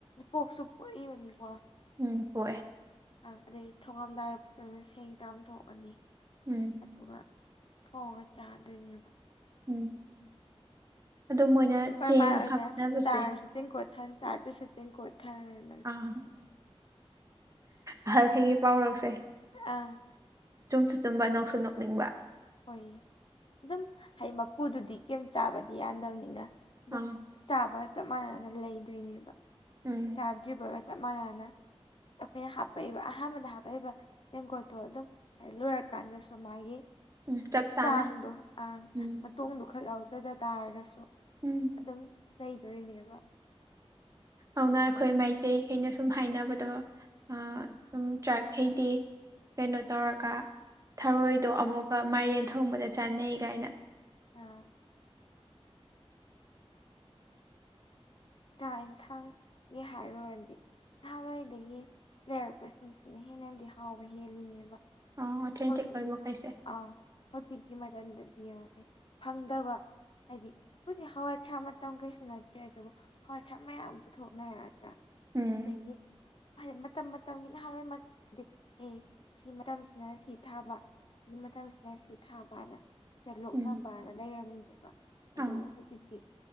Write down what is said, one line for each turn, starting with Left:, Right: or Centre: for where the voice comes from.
Left: ꯄꯣꯛꯁꯨ ꯄꯣꯛꯏꯕꯅꯤꯀꯣ
Right: ꯎꯝ ꯀꯣꯛꯑꯦ
Left: ꯑꯪ ꯑꯗꯩ ꯊꯣꯡꯉꯝꯗꯥꯏ ꯐꯖ ꯁꯦꯡ ꯆꯥꯝ ꯊꯣꯛꯑꯅꯤ
Right: ꯎꯝ
Left: ꯑꯗꯨꯒ ꯊꯣꯡꯉ ꯆꯥꯗꯣꯏꯅꯦꯕ
Right: ꯎꯝ ꯑꯗꯨ ꯃꯣꯏꯅ
Left: ꯄ꯭ꯔꯃꯥꯟ
Right: ꯆꯦꯡ
Left: ꯑꯣꯏꯅ
Right: ꯍꯥꯞꯅꯕꯁꯦ
Left: ꯆꯥꯔꯁꯨ ꯇꯤꯡ ꯀꯣꯠꯊꯟ ꯆꯥꯗ꯭ꯁꯨ ꯇꯤꯡ ꯀꯣꯠꯊꯟ
Right: ꯑꯥ ꯑꯍꯜꯈꯩꯒꯤ ꯄꯥꯎꯔꯧꯁꯦ
Left: ꯑꯪ
Right: ꯆꯨꯝꯁꯨ ꯆꯨꯝꯕ ꯅꯣꯛꯁꯨ ꯅꯣꯛꯅꯤꯡꯕ
Left: ꯍꯣꯏ ꯑꯗꯨꯝ ꯍꯥꯏ ꯃꯀꯨꯗꯨꯗꯤ ꯀꯩꯝ ꯆꯥꯕꯗꯤ ꯌꯥꯗꯕꯅꯤꯅ ꯑꯗꯨꯝ
Right: ꯑꯪ
Left: ꯆꯥꯕꯒ ꯆꯞ ꯃꯥꯟꯅꯅ ꯂꯩꯗꯣꯏꯅꯦꯕ
Right: ꯎꯝ
Left: ꯆꯥꯗ꯭ꯔꯤꯕꯒ ꯆꯞ ꯃꯥꯟꯅꯅ ꯑꯩꯈꯣꯏꯅ ꯍꯥꯄꯛꯏꯕ ꯑꯍꯥꯟꯕꯗ ꯍꯥꯞꯄꯛꯏꯕ ꯇꯦꯡꯀꯣꯠꯇꯣ ꯑꯗꯨꯝ ꯂꯣꯏꯔꯀꯥꯟꯗꯁꯨ ꯃꯥꯒꯤ
Right: ꯎꯝ ꯆꯞ ꯆꯥꯅ
Left: ꯆꯥꯡꯗꯣ ꯑꯪ
Right: ꯎꯝ
Left: ꯃꯇꯣꯡꯗꯨ ꯈꯛ ꯌꯥꯎꯖꯗ ꯇꯥꯔꯒꯁꯨ
Right: ꯎꯝ
Left: ꯑꯗꯨꯝ ꯂꯩꯗꯣꯏꯅꯦꯕ
Right: ꯑꯧꯅ ꯑꯩꯈꯣꯏ ꯃꯩꯇꯩꯈꯩꯅ ꯁꯨꯝ ꯍꯥꯏꯅꯕꯗꯣ ꯑ
Left: ꯎꯝ
Right: ꯁꯨꯝ ꯇ꯭ꯔꯥꯏꯈꯩꯗꯤ ꯀꯩꯅꯣ ꯇꯧꯔꯒ ꯊꯔꯣꯏꯗꯣ ꯑꯃꯨꯛꯀ ꯃꯥꯏꯔꯦꯟ ꯊꯣꯡꯕꯗ ꯆꯥꯅꯩ ꯒꯥꯏꯅ
Left: <inaudible> ꯆꯥꯛ ꯌꯦꯟꯁꯥꯡꯒꯤ ꯍꯥꯏꯔꯨꯔꯗꯤ ꯅꯍꯥꯟꯋꯥꯏꯗꯒꯤ ꯂꯩꯔꯛꯄꯁꯤꯡꯁꯤꯅ ꯍꯦꯟꯅꯗꯤ ꯍꯥꯎꯕ ꯍꯦꯜꯂꯤꯅꯦꯕ
Right: ꯑꯣꯊꯦꯟꯇꯤꯛ
Left: ꯍꯧꯖꯤꯛ
Right: ꯑꯣꯏꯕꯈꯩꯁꯦ
Left: ꯑ ꯍꯧꯖꯤꯛꯒꯤ ꯃꯇꯝꯗꯗꯤ ꯌꯦꯡꯉꯣꯅꯦ ꯐꯪꯗꯕ ꯍꯥꯏꯗꯤ ꯍꯧꯖꯤꯛ ꯍꯋꯥꯏꯊ꯭ꯔꯥꯛ ꯃꯇꯝ ꯀꯩꯁꯨ ꯅꯠꯇ꯭ꯔꯦ ꯑꯗꯨꯕꯨ ꯍꯋꯥꯏꯊ꯭ꯔꯥꯛ ꯃꯌꯥꯝ ꯄꯨꯊꯣꯛꯅꯔꯗ꯭ꯔ
Right: ꯎꯝ
Left: ꯑꯗꯒꯤ ꯐꯔꯦ ꯃꯇꯝ ꯃꯇꯝꯒꯤ ꯅꯍꯥꯟꯋꯥꯏ ꯃꯥꯒꯤ ꯁꯤꯒꯤ ꯃꯇꯝꯁꯤꯅ ꯁꯤ ꯊꯥꯕ ꯁꯤꯒꯤ ꯃꯇꯝꯁꯤꯅ ꯁꯤ ꯊꯥꯕꯅ ꯁꯤꯗ ꯂꯣꯛꯅꯕꯅ
Right: ꯎꯝ
Left: ꯂꯩꯔꯝꯃꯤꯅꯦꯕ ꯑꯗꯨꯕꯨ
Right: ꯑꯪ
Left: ꯍꯧꯖꯤꯛꯇꯤ